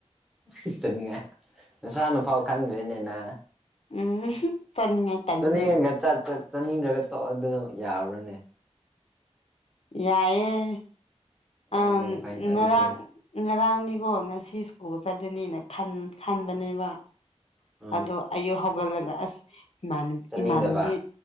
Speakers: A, in the centre; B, on the left (about 60°).
A: ꯆꯠꯅꯤꯡꯉꯥꯏ ꯅꯁꯥꯅꯐꯥꯎ ꯈꯪꯗ꯭ꯔꯤꯅꯦꯅ
B: ꯎꯝ ꯆꯠꯅꯤꯡꯉꯥꯏ ꯇꯟꯕꯒꯤ
A: ꯆꯠꯅꯤꯡꯉꯒ ꯆꯠꯄ ꯆꯥꯅꯤꯡꯗ꯭ꯔꯒ ꯇꯧꯑ ꯑꯗꯨ ꯌꯥꯕ꯭ꯔꯅꯦ
B: ꯌꯥꯏꯑꯦ
A: ꯑꯣ
B: ꯑꯥ
A: ꯌꯥꯝ ꯐꯩꯅ
B: ꯉꯔꯥꯡ
A: ꯑꯗꯨꯗꯤ
B: ꯉꯔꯥꯡꯗꯤꯀꯣ ꯉꯁꯤ ꯁ꯭ꯀꯨꯜ ꯆꯠꯂꯅꯤꯅ ꯈꯟ ꯈꯟꯕꯅꯦꯕ
A: ꯎꯝ
B: ꯑꯗꯨ ꯑꯌꯨꯛ ꯍꯧꯒꯠꯂꯒ ꯑꯁ ꯃꯥꯟꯅꯦ
A: ꯆꯠꯅꯤꯡꯗꯕ
B: ꯏꯃꯥꯟꯅꯕꯤ